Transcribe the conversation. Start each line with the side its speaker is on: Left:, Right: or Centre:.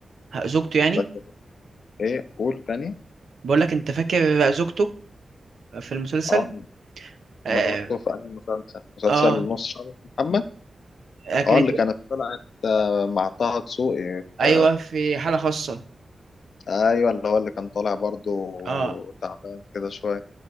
Right: زوجته يعني
Left: فاكر ايه قول تاني
Right: بقول لك انت فاكر زوجته في المسلسل
Left: اه
Right: اه,
Left: مرته في انهي مسلسل مسلسل
Right: آه.
Left: نص شعر محمد
Right: آه، كانت
Left: اه اللي كانت طلعت آه، مع طه دسوقي
Right: ايوه
Left: ف...
Right: في حاله خاصه
Left: ايوه اللي هو اللي كان طالع برضو
Right: اه
Left: تعبان كده شويه